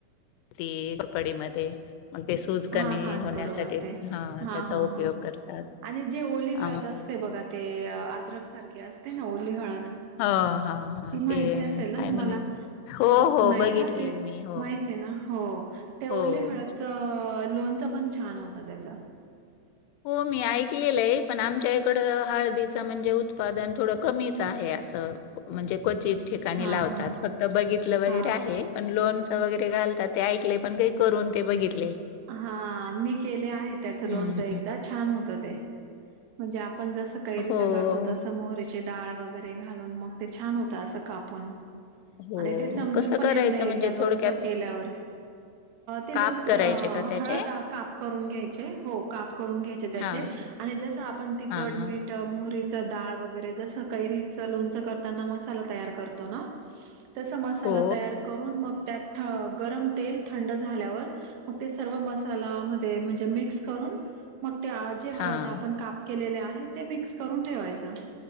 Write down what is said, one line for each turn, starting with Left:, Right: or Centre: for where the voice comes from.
Left: तेल कढईमध्ये मग ते सूज कमी
Right: हा हा
Left: होण्यासाठी,
Right: बरोबर ते
Left: हा, त्याचा
Right: हा
Left: उपयोग
Right: हा.
Left: करतात.
Right: आणि जे ओली
Left: अ
Right: हळद असते बघा ते, आद्रक सारखे असते ना ओली हळद
Left: ह हा हा
Right: ती माहिती
Left: ते
Right: असेल ना
Left: काय
Right: तुम्हाला?
Left: म्हणायचं? हो हो
Right: नाही
Left: बघितली
Right: का, ते
Left: मी हो
Right: माहित आहे ना? हो, ते ओली
Left: हो.
Right: हळदचं, लोणचं पण छान होतं त्याच.
Left: हो, मी ऐकलेलं आहे, पण आमच्या आईकडे हळदीचं म्हणजे, उत्पादन थोडं कमीच आहे असं. म्हणजे क्वचित ठिकाणी
Right: हा
Left: लावतात,
Right: हा
Left: फक्त बघितलं वगैरे
Right: हा
Left: आहे. पण लोनच वगैरे घालतात, ते ऐकले, पण काही करून ते बघितले
Right: हा, मी केले आहे त्याचं
Left: हं,
Right: लोणचं एकदा, छान होतं ते. म्हणजे, आपण जस कैरीच
Left: हो,
Right: करतो तस मोहरीच डाळ वगैरे घालून, मग ते छान होतं असं कापून.
Left: हो.
Right: आणि ते समजून
Left: कसं
Right: पण
Left: करायचं
Right: येत नाही एकदा
Left: म्हणजे
Right: लोणचं
Left: थोडक्यात
Right: केल्यावर, ते
Left: काप
Right: लोणचं
Left: करायचे का त्याचे?
Right: हळद काप करून घ्यायचे, हो, काप करून घ्यायचे त्याचे
Left: हां,
Right: आणि जसं आपण तिखट,
Left: हां.
Right: मीठ मोहरीचं डाळ वगैरे जसं, कैरीचं लोणचं करताना मसाला तयार करतो ना <inaudible> तसा मसाला
Left: हो,
Right: तयार करून, मग त्यात गरम तेल थंड झाल्यावर मग ते सर्व मसाला म्हणजे, मिक्स करून, मग ते जे हळद
Left: हां,
Right: आपण काप केलेले आहेत ते मिक्स करून ठेवायच.